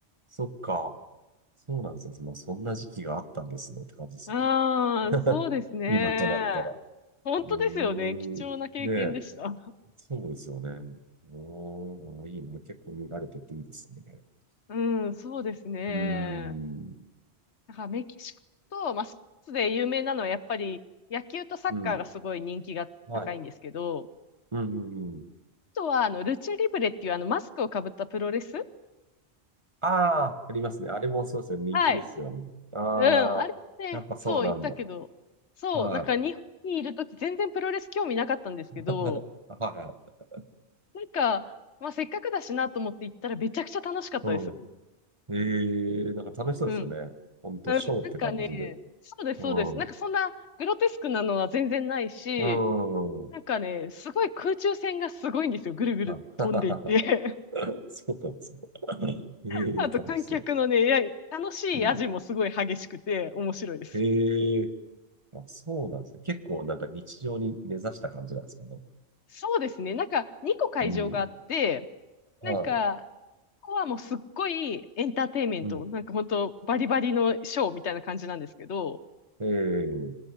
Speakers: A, on the right; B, on the left.
A: そっか。そうなんですね。まあ、そんな時期があったんですねって感じですね。
B: ああ、
A: <laughs>
B: そうですね。
A: 今となったら。
B: 本当ですよね。
A: うーん。
B: 貴重な経験でした。
A: ねえ、そうですよね。うーん、いいな。結構見られてていいですね。
B: うん、そうですね。
A: うーん。
B: だからメキシコと、まあ、スポーツで有名なのはやっぱり野球とサッカーがすごい人気が高いんですけど、
A: うん。はい。うん、うん、うん。
B: あとはあのルチャリブレっていうあのマスクをかぶったプロレス。
A: ああ、ありますね。あれもそうですよね。人気ですよね。
B: はい。
A: ああ、
B: うん、あれね、
A: やっぱそうなんだ。
B: そう言ったけど、そう、
A: はい。
B: なんか日本にいるとき全然プロレス興味なかったんですけど、
A: <laughs> はい。
B: なんか、まあせっかくだしなと思って行ったらめちゃくちゃ楽しかったですよ。
A: うん。ええなんか楽しそうですよね。
B: うん。
A: ほんと、
B: うん、
A: ショーって感じで。
B: なんかね、そうです、
A: うん。
B: そうです。なんかそんなグロテスクなのは全然ないし、
A: うん。
B: なんかね、すごい空中戦がすごいんですよ。ぐるぐる飛んでいって。
A: はい。<laughs> そうなんですね。
B: <laughs>
A: ええ楽しそう。
B: あと観客のね、いや楽しい味もすごい激しくて面白いです。
A: うん。ええあ、そうなんですね。結構なんか日常に根ざした感じなんですかね。
B: そうですね。なんか2個会場があって、
A: うん。はい。
B: なんかこはもうすっごいエンターテインメント、
A: うん。
B: なんか本当バリバリのショーみたいな感じなんですけど、
A: ええ